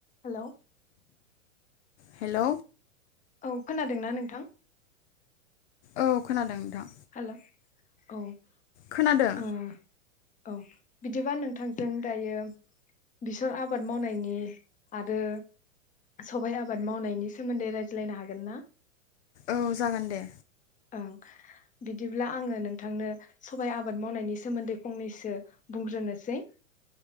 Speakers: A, on the left; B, on the left.
A: हेल'
B: हेलौ
A: औ खोनादों ना नोंथां
B: औ खोनादों नोंथां
A: हेल' औ
B: खोनादों
A: ओ औ बिदिबा नोंथांजों दायो बेसर आबाद मावनायनि आरो सबाय आबाद मावनायनि सोमोन्दै रायज्लायनो हागोन ना
B: औ जागोन दे
A: ओं बिदिब्ला आङो नोंथांनो सबाइ आबाद मावनायनि सोमोन्दै फंनैसो बुंग्रोनोसै